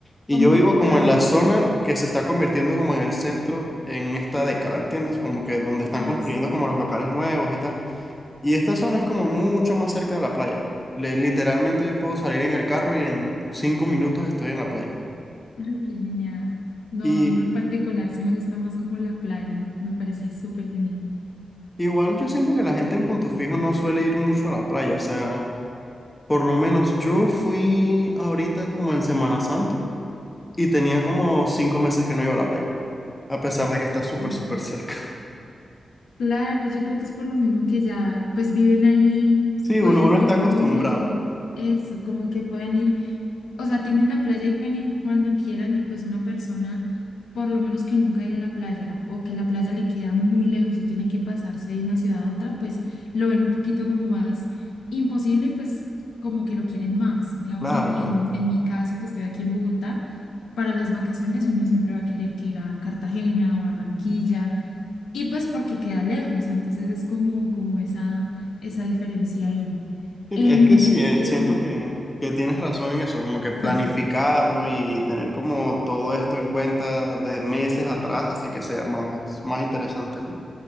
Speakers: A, on the left (about 20°); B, on the left (about 85°).
A: Y
B: como
A: yo vivo
B: lo colonial.
A: como en la zona que se está convirtiendo como en el centro en esta década, ¿entiendes? Como que donde están
B: Ah,
A: construyendo
B: sí.
A: como los locales nuevos y tal. Y esta zona es como mucho más cerca de la playa. Le- literalmente yo puedo salir en el carro y en cinco minutos estoy en la playa.
B: Ay, qué genial. No,
A: Y
B: a mí en lo particular sí me gusta más como la playa. Me parece súper genial.
A: igual yo siento que la gente en Punto Fijo no suele ir mucho a la playa, o sea... Por lo menos yo fui ahorita como en Semana Santa y tenía como cinco meses que no iba a la playa, a pesar de que está súper,
B: Ok.
A: súper cerca. <laughs>
B: Claro, yo creo que es por lo mismo que ya pues viven ahí,
A: Sí, uno,
B: pueden
A: uno
B: ir
A: está
B: como
A: acostumbrado.
B: que eso, como que pueden ir o sea, tienen la playa y pueden ir cuando quieran y pues una persona, por lo menos que nunca ha ido a la playa o que la playa le queda muy lejos o tiene que pasarse de una ciudad a otra, pues lo ven un poquito como más imposible y pues como que lo quieren más. Digamos,
A: Claro,
B: en,
A: claro.
B: en, en mi caso, que estoy aquí en Bogotá, para las vacaciones uno siempre va a querer que ir a Cartagena o Barranquilla y pues porque queda lejos, entonces es como, como esa, esa diferencia ahí.
A: Sí,
B: Em,
A: Es que sí,
B: ¿qué te
A: eh,
B: iba?
A: siento que, que tienes razón en eso, como que planificarlo
B: Sí.
A: y tener como todo esto en cuenta de meses atrás hace que sea más, más interesante, ¿no?